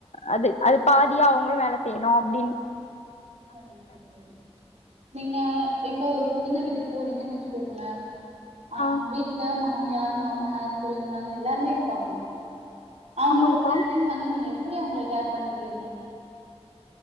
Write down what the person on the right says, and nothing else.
சரிங்க நீங்க இப்ப ஒரு புகுந்த வீட்டுக்கு போறீங்கன்னு வச்சுக்கோங்களேன் அஹ்
வீட்டுல மாமி யார் மாமனார் கொழுந்தனார் எல்லாருமே இருப்பாங்க அவங்களோ
கேரிங் வந்து நீங்க அப்படி அவங்களுக்கு கேர் பண்ணிக்கவீங்க